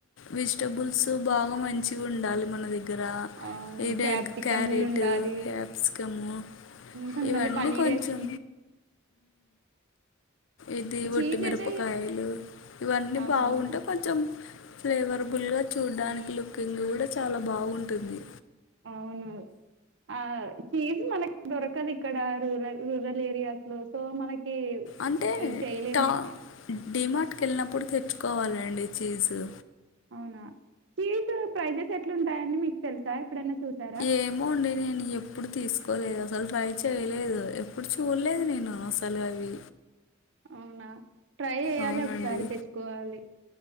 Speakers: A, on the left (about 70°); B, on the right (about 65°).
A: వెజిటేబుల్ సో బాగ మంచిగా ఉండాలి మన <unintelligible> దగ్గర
B: అవును
A: <unintelligible>
B: క్యాప్సికమ్లు
A: క్యారెట్
B: ఉండాలి
A: క్యాప్సికము
B: కొంతమంది
A: ఇవన్నీ
B: పన్నీర్
A: కొంచెం
B: వేసుకుంట
A: ఇది <unintelligible>
B: చీజ్
A: ఒట్టిమిరపకాయలు
B: అయితే
A: ఇవన్నీ
B: అవును
A: బాగుంటే కొంచెం ఫ్లేవరబుల్గా చూడ్డానికి లుకింగ్ కూడా చాలా బాగుంటుంది
B: అవును ఆ చీజ్ మనకి దొరకదు ఇ ఇక్కడ రూరల్ రూరల్ ఏరియాస్లో సో మనకి
A: అంటే
B: చేయలే
A: టా డిమార్ట్కి వెళ్ళినప్పుడు తెచ్చుకోవాలండి చీజు
B: అవునా చీజు ప్రైజెస్ ఎట్లుంటాయండి మీకు తెలుసా <unintelligible>
A: ఏమో అండి నేను ఎ ఎప్పుడు తీసుకోలేదు అసలు ట్రై చేయలేదు ఎప్పుడు చూడలేదు నేను అసలు అవి
B: అవునా ట్రై చేయాలి
A: అవునండి
B: ఒకసారి తెచ్చుకోవాలి